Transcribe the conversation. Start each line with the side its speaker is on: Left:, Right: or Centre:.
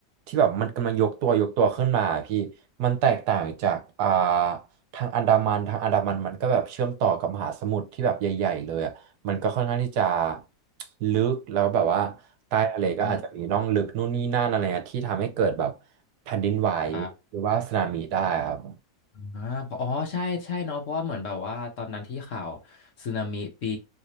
Right: ที่แบบมันกำลังยกตัวยกตัวขึ้นมาพี่มันแตกต่างจากอ่าทางอันดามันทางอันดามันมันก็แบบเชื่อมต่อกับมหาสมุทรที่แบบใหญ่ๆเลยอะมันก็ค่อนข้างที่จะลึกแล้วแบบว่าใต้ทะเลก็อาจจะมีร่องลึกนู่นนี่นั่นอะไรเงี้ยที่ทำให้เกิดแบบ
Left: อืม
Right: แผ่นดินไหว
Left: ครับ
Right: หรือว่าสึนามิได้ครับ
Left: อ่าเพราะอ๋อใช่ใช่เนาะเพราะว่าเหมือนแบบว่าตอนนั้นที่ข่าวสึนามิปี